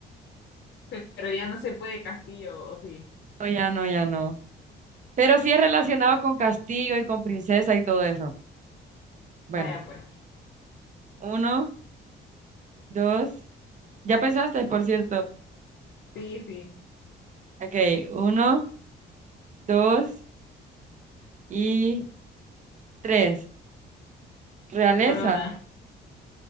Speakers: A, on the left (about 60°); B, on the right (about 40°).
A: Pero ya no se puede Castillo, o sí.
B: No, ya no, ya no. Pero sí es relacionado con castillo y con princesa y todo eso. Bueno,
A: Vaya pues.
B: uno, dos. Ya pensaste, por cierto.
A: Sí, sí.
B: Ok, uno, dos y tres. Realeza.
A: Corona.